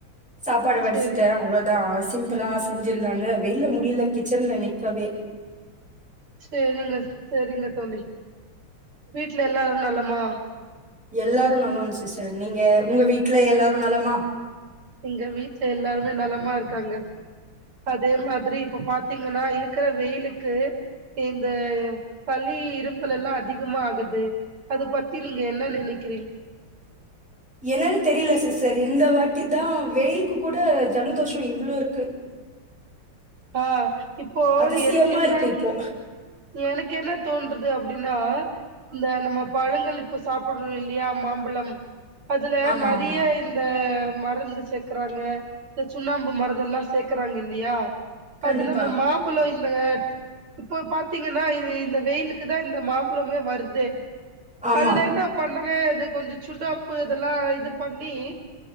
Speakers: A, in the centre; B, on the right.
A: சாப்பாடு வடிச்சுட்ட
B: செரி
A: அவ்வளோதான் ஆசி சிம்பிளா செஞ்சிரலானு வெளில முடியல கிச்சன்ல நிக்கவே
B: சரிங்க சரிங்க தோழி வீட்டுல எல்லாரும் நலமா
A: எல்லாரும் நலம் சிஸ்டர் நீங்க உங்க வீட்டுல எல்லாரும் நலமா
B: எங்க வீட்டுல எல்லாருமே நலம் நலமா இருக்காங்க அதே மாதிரி இப்ப பாத்தீங்கன்னா இருக்கிற வெயிலுக்கு இந்த சளி இரும்மல் எல்லாம் அதிகமா ஆகுது அது பத்தி நீங்க என்ன நினைக்க
A: என்னன்னு தெரியல சிஸ்டர் இந்த வாட்டி இதான் வெயில்க்கு கூட ஜலதோஷம் இவ்ளோ இருக்கு
B: ஆஹ் இப்போ
A: அதிசயமா
B: எனக்கு என்ன
A: இருக்கு இப்போ
B: எனக்கு என்ன தோணு தோணுது அப்படின்னா இந்த நம்ம பழங்கள் இப்ப சாப்புரொம் இல்லையா மாம் மாம்பலம் அதுல
A: ஆமா
B: நிறைய
A: ஆமா
B: இந்த மருந்து சேக்கறாங்க இந்த சுண்ணாம்பு மரதெல்லாம் சேர்க்கறாங்க இல்லையா
A: கண்டிப்பா
B: அதில நம்ம மாம்பழம் இல்ல இப்போ பாத் பின்னனா இது இந்த வெயிலுக்கு தான் இந்த மாம்பழமே வருதே
A: ஆமா
B: அதுல என்ன பண்ணுவெ அது கொஞ்சம் சுனாப்பு இதெல்லாம் இது பண்ணி